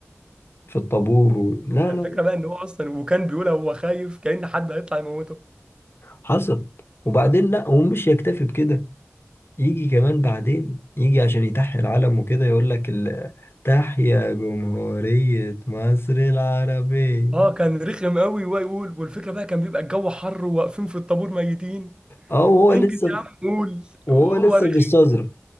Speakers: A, on the left; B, on the right.
A: في الطابور و... لا
B: ده
A: لا
B: الفكره بقى ان هو اصلا وكان بيقول هو خايف كأن حد هيطلع يموته
A: حصل وبعدين لا ومش يكتفي بكده يجي كمان بعدين يجي عشان يتحيي العلم وكده يقول لك ال... تحيا جمهورية مصر العربية
B: اه كان رخم قوي ويقول والفكره بقى كان بيبقى الجو حر وواقفين في الطابور ميتين
A: اه وهو
B: انجز
A: لسه
B: يا عم قول
A: وهو
B: وهو
A: لسه
B: رخم
A: بيستظرف